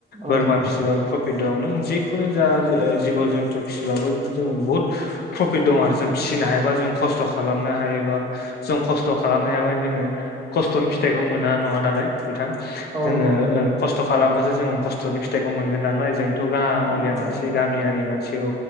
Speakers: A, on the right; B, on the left.
A: औ
B: बोरमा फिसिबाबो प्र फिद दं नों जिखुनु जा जिब' जन्थु फिबाबो जों बुहुद प्रफिट दं आरो जों फिसिनो हायाबा जों खस्थ' खालामनो हायोबा जों खस्थ' खालामनो हायाबानो जोङो। खस्थ'नि फिथाइखौ मोना नङा दालाय बिथां
A: औ
B: जोङो ओ खस्थ' खालामबासो जोङो खस्थ'नि फिथाइखौ मोनगोन नालाय जों थ' गाङलिया
A: आदसा
B: मानसि गामियारि मानसि औ